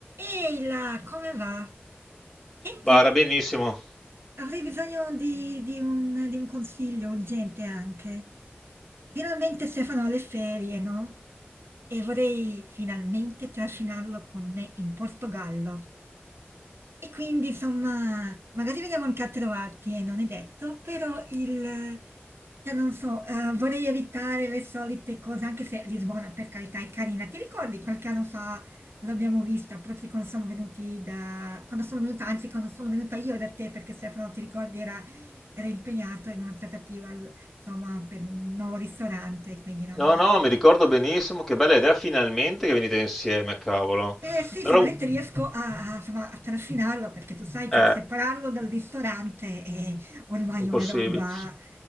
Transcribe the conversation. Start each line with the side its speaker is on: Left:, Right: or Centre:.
Right: Ehi là, come va? Senti,
Centre: Bara, benissimo.
Right: avrei bisogno di, di un, di un consiglio urgente anche. Finalmente Stefano ha le ferie, no? E vorrei finalmente trascinarlo con me in Portogallo. E quindi, insomma, magari veniamo anche a trovarti, eh, non è detto, però il... Cioè, non so, eh, vorrei evitare le solite cose, anche se Lisbona, per carità, è carina. Ti ricordi qualche anno fa L'abbiamo vista proprio quando siamo venuti da... quando sono venuta, anzi quando sono venuta io da te, perché Stefano, ti ricordi, era, era impegnato in una trattativa, al- insomma, per un nuovo ristorante, quindi non...
Centre: No, no, mi ricordo benissimo. Che bella idea finalmente che venite insieme, cavolo.
Right: Eh sì,
Centre: Allora,
Right: finalmente riesco a, a- insomma, a trascinarlo, perché tu sai,
Centre: eh,
Right: cioè, separarlo dal ristorante è ormai
Centre: impossibile.
Right: una roba...